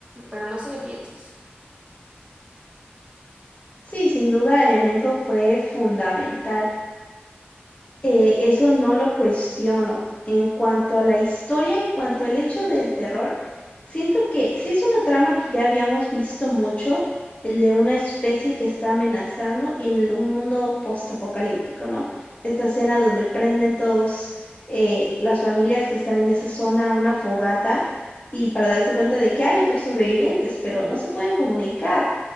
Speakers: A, on the right; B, on the left.
A: Pero no sé qué pienses.
B: Sí, sin duda el elenco fue fundamental. Eh, eso no lo cuestiono. En cuanto a la historia, en cuanto al hecho del terror, siento que sí es una trama que ya habíamos visto mucho, el de una especie que está amenazando y en el de un mundo postapocalíptico, ¿no? Esta escena donde prenden todos eh, las familias que están en esa zona una fogata y para darse cuenta de que hay otros sobrevivientes, pero no se pueden comunicar